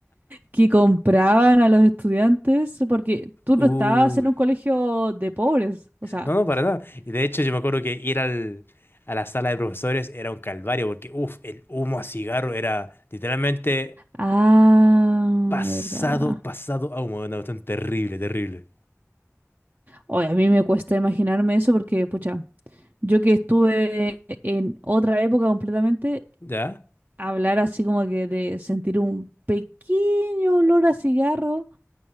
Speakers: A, on the right (about 40°); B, on the left (about 45°).
A: que compraban a los estudiantes, porque tú
B: Uh,
A: no estabas en un colegio de pobres, o sea.
B: no, no, para nada. Y de hecho yo me acuerdo que ir al, a la sala de profesores era un calvario, porque uff, el humo a cigarro era literalmente
A: Ah,
B: pasado,
A: verdad.
B: pasado a humo, Era una cuestión terrible, terrible.
A: Oye, a mí me cuesta imaginarme eso porque, pucha, yo que estuve en otra época completamente,
B: ¿Ya?
A: hablar así como que de sentir un pequeño olor a cigarro